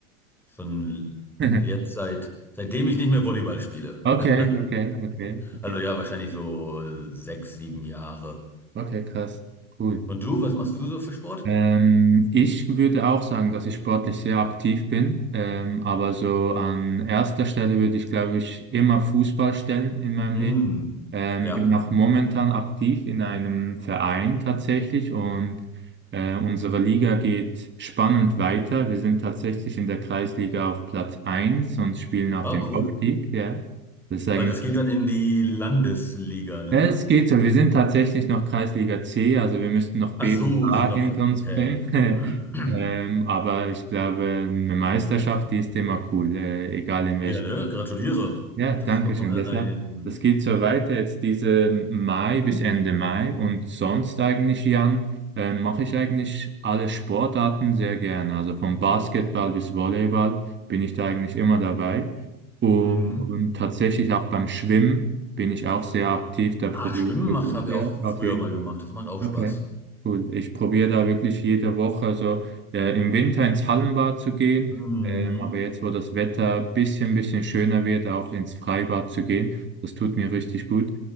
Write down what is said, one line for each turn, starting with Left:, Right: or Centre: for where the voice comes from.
Centre: schon
Right: <laughs>
Centre: jetzt seit, seitdem ich nicht mehr Volleyball spiele.
Right: Okay,
Centre: <laughs>
Right: okay, okay, okay,
Centre: Also ja, wahrscheinlich so sechs, sieben Jahre.
Right: okay, krass, cool.
Centre: Und du, was machst du so für Sport?
Right: Ähm, ich würde auch sagen, dass ich sportlich sehr aktiv bin, ähm, aber so an erster Stelle würde ich, glaube ich, immer Fußball stellen in meinem
Centre: Hm,
Right: Leben. Ähm,
Centre: ja.
Right: bin auch momentan aktiv in einem Verein tatsächlich und äh, unsere Liga geht spannend weiter. Wir sind tatsächlich in der Kreisliga auf Platz eins und spielen auf
Centre: Ah,
Right: den
Centre: cool.
Right: Aufstieg. Ja. Das ist eigentlich
Centre: Ah, das geht dann in die Landesliga, ne?
Right: ja, Es geht so. Wir sind tatsächlich noch Kreisliga C, also wir müssten noch
Centre: Ach
Right: B
Centre: so,
Right: und A
Centre: sind noch,
Right: hinter uns
Centre: okay.
Right: bringen. <laughs>
Centre: <clears throat>
Right: Ähm, aber ich glaube, eine Meisterschaft, die ist immer cool, äh, egal in welcher.
Centre: Ja, ne? Gratuliere.
Right: Ja, danke
Centre: Das ist doch mal
Right: schön. Deshalb,
Centre: ein
Right: das geht so
Centre: etwas.
Right: weiter jetzt diesen Mai bis Ende Mai und sonst eigentlich, Jan, äh, mache ich eigentlich alle Sportarten sehr gerne. Also vom Basketball bis Volleyball bin ich da eigentlich immer dabei. Und
Centre: Mhm.
Right: tatsächlich auch beim Schwimmen bin ich auch sehr aktiv. Da probiere
Centre: Ah, Schwimmen
Right: ich wirklich
Centre: macht, habe
Right: sehr,
Centre: ich auch früher
Right: auf jeden
Centre: mal
Right: Fall.
Centre: gemacht. Das macht auch
Right: Okay,
Centre: Spaß.
Right: cool. Ich probiere da wirklich jede Woche, also äh, im Winter ins Hallenbad zu gehen,
Centre: Mhm.
Right: ähm, aber jetzt, wo das Wetter ein bisschen, bisschen schöner wird, auch ins Freibad zu gehen, das tut mir richtig gut.